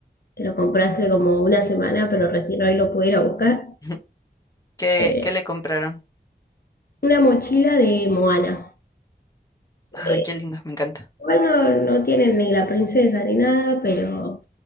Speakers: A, on the left; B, on the left.
A: que lo compré hace como una semana, pero recién hoy lo pude ir a buscar.
B: <laughs> ¿Qué,
A: Eh,
B: qué le compraron?
A: una mochila de Moana.
B: Ay,
A: Eh,
B: qué lindos, me encanta.
A: igual no, no tienen ni la princesa ni nada, pero